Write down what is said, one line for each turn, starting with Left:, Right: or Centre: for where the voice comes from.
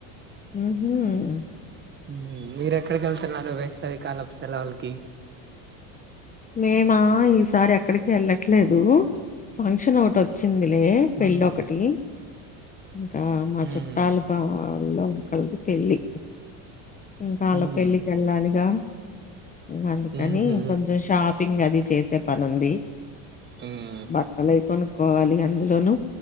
Left: ఉహ్మ్
Right: ఉం మీరు ఎక్కడికి ఎళ్తున్నారు వేసవికాలపు సెలవుళకి
Left: మేమా ఈసారి ఎక్కడికి ఎళ్ళట్లేదు ఫంక్షన్ ఒకటి వచ్చింది లే పెళ్ళ
Right: హ్మ్.
Left: ఒకటి ఇంకా మా
Right: హ్మ్.
Left: చుట్టాల తో వెళ్ళాలి క్కలకి పెళ్ళి ఇంకా అళ్లా
Right: హ్మ్.
Left: పెళ్ళికి ఎళ్ళాలిగా ఉం అందుకని
Right: హుహు.
Left: కొం షాపింగ్ అది చేసే పని ఉంది
Right: హ్మ్.
Left: బట్టలు కొనుక్కోవాలి అ అందులోనుూ